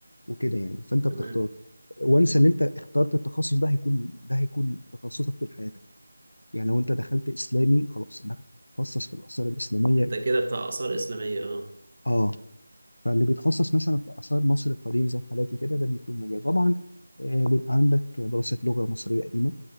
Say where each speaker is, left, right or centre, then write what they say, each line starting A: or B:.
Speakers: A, on the left (about 85°); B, on the right (about 45°).
A: وكده يعني فانت بتختار
B: تمام
A: وانسى اللي انت اخترت التخصص ده هيكون ده هيكون تخصصك طول حياتك يعني لو انت دخلت اسلامي خلاص انك هتتخصص في الاثار الاسلاميه
B: انت كده بتاع آثار إسلامية اه
A: اه فاللي بيتخصص مثلا في آثار مصر القديمة زي حالاتي كده ده بيكون مجال طبعا آه، بيبقى عندك دراسة لغة مصرية قديمة